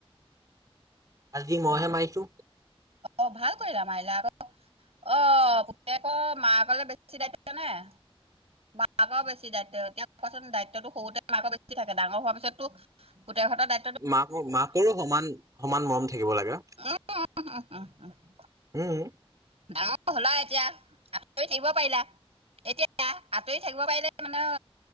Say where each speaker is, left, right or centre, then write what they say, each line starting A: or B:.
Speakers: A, on the right; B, on the right.
A: আজি
B: খবৰ
A: মইহে
B: খাতি
A: মাইচো।
B: অ ভাল কৰিলা মাইলা আকৌ অ আকৌ মা গ'লে <unintelligible> নে? মাকৰ বেছি দায়িত্ব এতিয়া কোৱাচোন দায়িত্বতটো সৰুতে মাকৰ বেছি থাকে ডাঙৰ হোৱাৰ পিছতো পুতেহঁতৰ <unintelligible>
A: মাকৰ- মাকৰো সমান সমান মৰম থাকিব লাগে।
B: উম উমঃ উমঃ উমঃ।
A: উম।
B: ডাঙৰ হ'লা এতিয়া আঁতৰি থাকিব পাৰিলা। এতিয়া আঁতৰি থাকিব পাৰিলে মানে